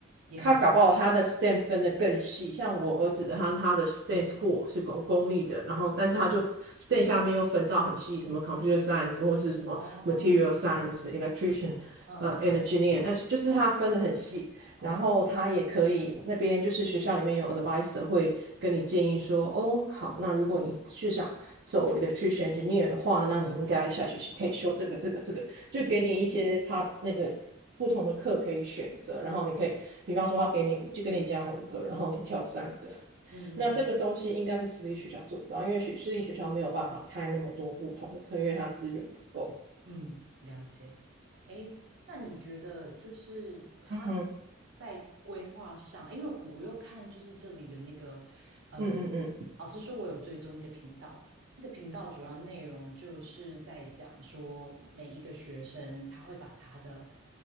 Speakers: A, on the right; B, on the right.
A: 也很
B: 他搞不好他的 STEM 分得更细，像我儿子的他他的
A: 哦，
B: STEM
A: 嗯
B: school 是公公立的，然后但是他就
A: 嗯
B: STEM
A: 嗯，
B: 下面又分到很细，什么 computer science 或是什么
A: 哦，
B: material science、electrician。
A: 嗯，
B: 呃，engineer
A: 了解，
B: 那些就是他分得很细，
A: 哦，
B: 然后他也可以，那边就是学校里面有 advisor 会跟你建议说，哦，好，那如果你是想走 e l e c t r 的话，那你应该下学期可以修这个、这个、这个，就给你一些他那个不同的课可以选择，然后你可以，比方说他给你就跟你讲五个，然后你跳三个，
A: 嗯嗯嗯
B: 那这个东西应该是私立学校做不到，因为学私立学校没有办法开那么多不同的课，因为它资源不够。
A: 嗯，了解。哎，那你觉得就是他们
B: 嗯哼，
A: 在规划上，因为我又看就是这里的那个，呃，
B: 嗯嗯嗯。
A: 老实说，我有追踪一个频道，那个频道主要内容就是在讲说，每一个学生他会把他的